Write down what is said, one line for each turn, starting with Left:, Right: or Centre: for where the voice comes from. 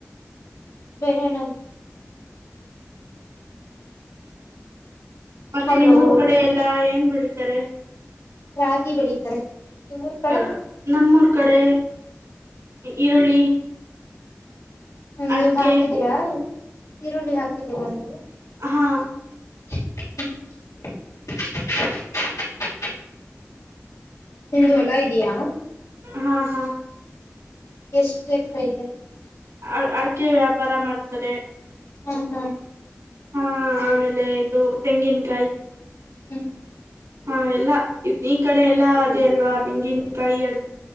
Left: ಬೇರೆ ಏನಾದ್ರೂ
Right: ಮತ್ತೆ
Left: ಹಲೋ
Right: ನಿಮೂರ್ ಕಡೆ ಎಲ್ಲಾ ಏನ್ ಬೆಳಿತಾರೆ
Left: ರಾಗಿ ಬೆಳಿತಾರೆ ನಿಮ್ಮೂರ್ ಕಡೆ
Right: ಹ ನಮ್ಮೂರ್ ಕಡೆ ಈರುಳ್ಳಿ
Left: ಹ್ಮ
Right: ಅಡಕೆ
Left: ನೀವ್ ಹಾಕಿದ್ದೀರಾ ಈರುಳ್ಳಿ ಹಾಕಿದ್ದೀರಾ ನೀವು
Right: ಹಾ
Left: <unintelligible> ನಿಮ್ದು ಹೊಲ ಇದಿಯಾ
Right: ಹಾ ಹಾ
Left: ಎಷ್ಟು ಎಕರೆ ಇದೆ
Right: ಅ ಅಡಕೆ ವ್ಯಾಪಾರ ಮಾಡ್ತಾರೆ
Left: ಹ್ಮ ಹಾ
Right: ಹಾ ಆಮೇಲೆ ಇದು ತೆಂಗಿನಕಾಯಿ
Left: ಹ್ಮ್ ಹ್ಮ್
Right: ಹಾ ಎಲ್ಲಾ ಇ ಈ ಕಡೆ ಎಲ್ಲಾ ಅದೇ ಅಲ್ವಾ ತೆಂಗಿನಕಾಯಿ ಅಡಿಕೆ